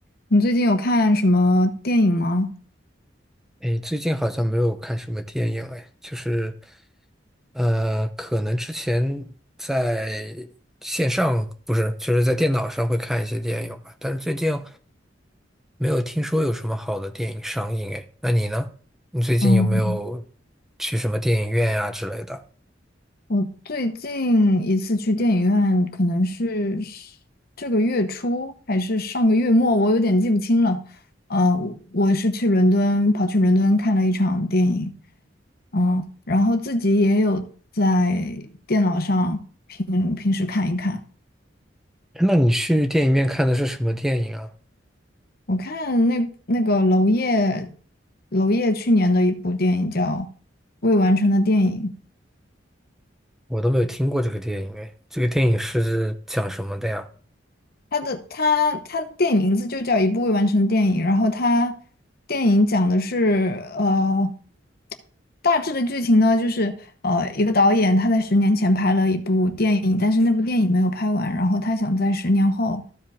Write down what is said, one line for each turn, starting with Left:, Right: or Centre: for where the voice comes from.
Left: 你最近有看什么电影吗？
Centre: 诶，最近好像没有看什么电影，诶，就是，呃，可能之前在线上，不是，就是在电脑上会看一些电影吧，但是最近没有听说有什么好的电影上映，诶，那你呢？你最近有没有
Left: 嗯，
Centre: 去什么电影院呀、之类的？
Left: 我最近一次去电影院可能是这个月初还是上个月末，我有点记不清了。呃，我是去伦敦，跑去伦敦看了一场电影，嗯，然后自己也有在电脑上平平时看一看。
Centre: 那你去电影院看的是什么电影啊？
Left: 我看那那个娄烨，娄烨去年的一部电影叫《未完成的电影》，
Centre: 我都没有听过这个电影，诶，这个电影是讲什么的呀？
Left: 他的他他的电影名字就叫《一部未完成电影》，然后他电影讲的是呃，大致的剧情呢就是呃，一个导演他在十年前拍了一部电影，但是那部电影没有拍完，然后他想在十年后，